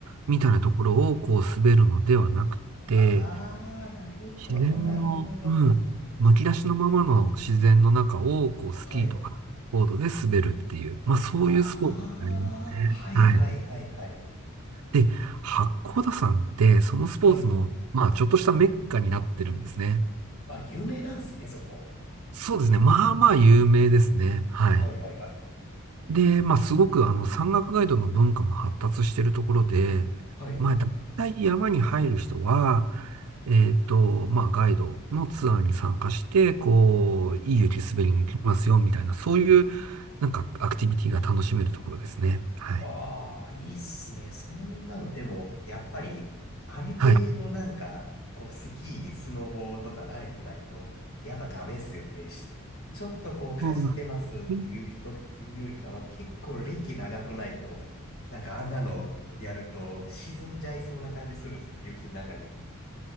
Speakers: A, on the right; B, on the left.
A: みたいなところをこう滑るのではなくて、
B: あー、なるほど、
A: 自然の、
B: なるほど。
A: うん、むき出しのままの自然の中をこうスキーとかボードで滑るっていう、
B: はい。
A: まあそういうスポーツになりますね。
B: あー、はい、
A: はい。
B: はい、はい、はい。
A: で、八甲田山ってそのスポーツの、
B: はい。
A: まあちょっとしたメッカになってるんですね。
B: あ、有名なんですね、そこ。
A: そうですね。まあまあ有名ですね。はい。
B: はい、はい、はい。
A: で、まあ、すごくあの山岳ガイドの文化も発達しているところで、
B: はい。
A: まあ、大体山に入る人は、えっと、まあ、ガイドのツアーに参加して、こう、いい雪滑りに行きますよ、みたいな、そういう、なんか、アクティビティが楽しめるところですね。はい。
B: ああ、いいっすね。そんなの、でも、やっぱり、ある程度なんか、
A: はい。
B: こう、スキー、スノボーとか慣れてないと、やっぱダメっすよね。しちょっとこう、かじってますっていう人っていうよりかは、
A: そうなんですね
B: 結構歴長くないと、なんかあんなのやると、沈んじゃいそうな感じするんですよね、雪の中に。